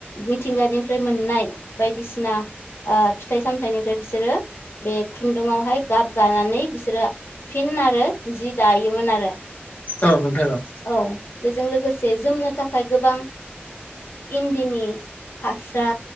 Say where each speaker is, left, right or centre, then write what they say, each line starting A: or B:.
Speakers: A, on the left (about 80°); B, on the left (about 45°).
A: मिथिंगानिफ्राय मोननाय बायदिसिना फिथाइ सामथाइनिफ्राय बिसोरो बे खुन्दुुंआवहाय गाब गानानै बिसोरो फिन आरो जि दायोमोन आरो
B: औ नोंथां औ
A: औ बेजों लोगोसे जोमनो थाखाय गोबां इन्दिनि हास्रा